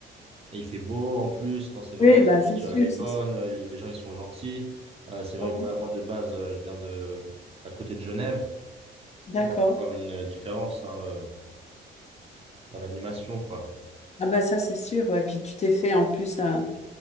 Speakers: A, on the right; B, on the left.
A: Et il fait beau en plus. Non, c'est vrai.
B: oui,
A: La
B: bah,
A: nourriture
B: c'est sûr,
A: elle est bonne.
B: c'est sûr.
A: euh, Les gens ils sont gentils. Euh, c'est vrai
B: Ah ouais.
A: que voilà, moi de base euh, je viens de à côté de Genève.
B: D'accord.
A: On peut voir une différence hein, euh, dans l'animation quoi.
B: Ah bah ça c'est sûr, ouais. Puis tu t'es fait en plus un-